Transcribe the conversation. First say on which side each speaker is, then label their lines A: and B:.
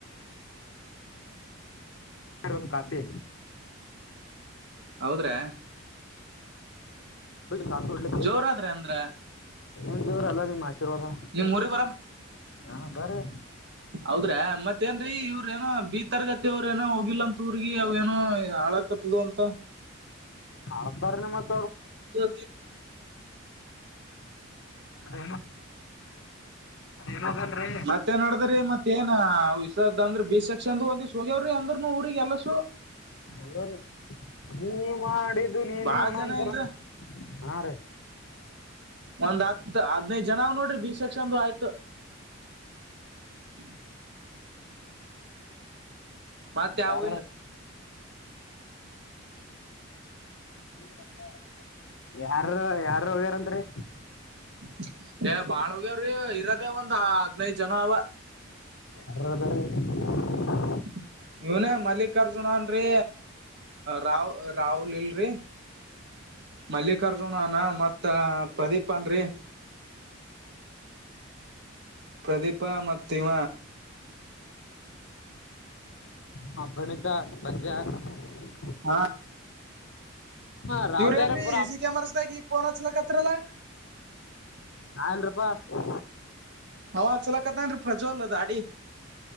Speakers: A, on the left; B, on the right.
A: ಒಂದು ಕಾಫಿ
B: ಹೌದ್ರಾ
A: ಕಾಸಡ್
B: ಜೋರಾದ್ರಿ ಅಂದ್ರ
A: ಏನ್ ದೇವ್ರ ಅಲ್ಲ ನಿಮ್ಮ್ ಆಶೀರ್ವಾದ
B: ನಿಮ್ ಊರಿಗ್
A: ಹಾ ಬರೀ
B: ಹೌದ್ರೆ ಮತ್ತೆ ಅತ್ತೇನ್ರೀ ಇವ್ರ ಏನೋ ಬಿ ತರಗತಿ ಅವ್ರ ಏನೋ ಹೋಗಿಲ್ಲ ಅಂತ ಊರ ಅವ್ ಏನೋ ಹಾಳಾಕತ್ತದ ಅಂತ
A: ಹಾಳ ಬ್ರಿ ಮತ್ತೆ
B: ು ನ
A: ಅದೇನು ಅದೇನೋ ಅದಲ್ರಿ
B: ಮತ್ತೆ ನಡದ್ರೀ ಮತ್ತ ತ್ತೇನಾ್ದ ಅಂದ್ರ ಬಿ ಸೆಕ್ಷನ್ ಒಂದ ಹೋಗ್ಯವ್ರಿ ಅಂದ್ರರುನು ಊ್ರಗ್ ಎಲ್ಲಸು
A: ನೀ ನೀ ಮಾಡಿದ್ದು ನೀನು
B: ಬಾಳ ಜನ
A: ನಂತರ
B: ಇಲ್ರಿ
A: ಹಾ ರೀ
B: ಒಂದ್ ಹತ್ತು ಹತ್ತು <unintelligible> ಜನ ನೋಡ್ರಿ ಬೀಸಕ್ಷಂದು ಆಯ್ತು <inaudible> ಮತ್ತ್ಯಾವಿಲ್ಲ
A: ಯಾರ <inaudible> ಯಾರ ಯಾರ ಹೋಗ್ಯಾರಂತರಿ
B: <inaudible> ಏ ಬಾಳ್ಗೆ್ಯ್ರಿ ಇರದೇ ಒಂದ ಹದ್ನೈದ ಜನ ಅವವ
A: <unintelligible>
B: <inaudible> ಇವ್ನೇ ಮಲ್ಲಿಕಾರ್ಜುನ ಅನ್ರರಿ ರಾಾವ ರಾಹುಲ್ ಇಲ್ರಿ ಮಲ್ಲಿಕಾರ್ಜುನ ಅನ ಮತ್ತ ಪ್ರದೀಪ್ ಅನ್ರಿ <inaudible> ಪ್ರದೀಪ ಮತ್ತ ಇವ
A: ಹ ಪ್ರಣಿತ ಬಜ್ಯ <unintelligible>
B: ಹಾ
A: ಹಾ ರಾವ್ಲಿಯಾರ
B: ಇವ್ರ ಏನ್ರೀ
A: ಪುರ
B: ಎ <unintelligible> ಸಿ ಕ್ಯಾಮರಸ್ <unintelligible> ಗಿ ಪೋನ್ ಹಚ್ಲಕ್ತ್ತರಲ್ಲಾ
A: ನಾ ಅಲ್ರೀ ಅಪ್ಪ
B: ಹವ ಅಚಲಕತ್ತನ್ರಿ ಪ್ರಜ್ವಲ್ ದಾಡಿ